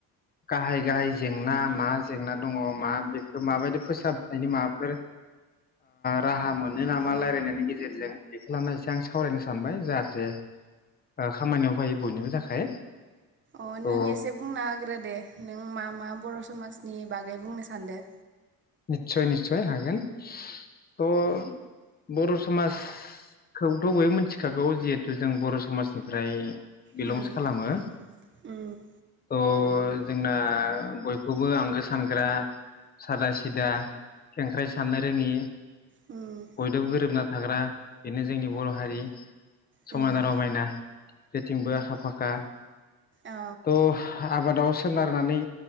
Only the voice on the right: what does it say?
अ
ओ
नों एसे बुंना हाग्रो दे नों मा मा बर' समाजनि बा गै बुंनो सानदों
उम
उम
उम
उम
औ